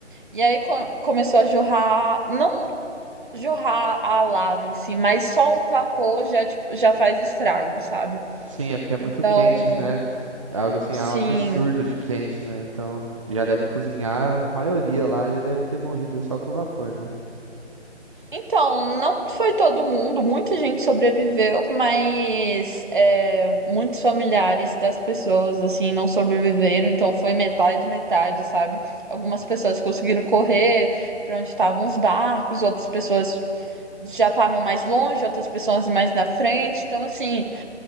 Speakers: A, on the right (about 45°); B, on the right (about 25°).
A: E aí co- começou a jorrar, não jorrar a lava em si, mas só o vapor já, tipo, já faz estrago, sabe?
B: Sim, é porque é muito
A: Então,
B: quente, né? É algo assim,
A: sim.
B: é um absurdo de quente, né? Então já deve cozinhar, a maioria lá já deve ter morrido só com vapor, né?
A: Então, não foi todo mundo, muita gente sobreviveu, mas é, muitos familiares das pessoas, assim, não sobreviveram. Então, foi metade, metade, sabe? Algumas pessoas conseguiram correr para onde estavam os barcos, outras pessoas já estavam mais longe, outras pessoas mais na frente. Então, assim,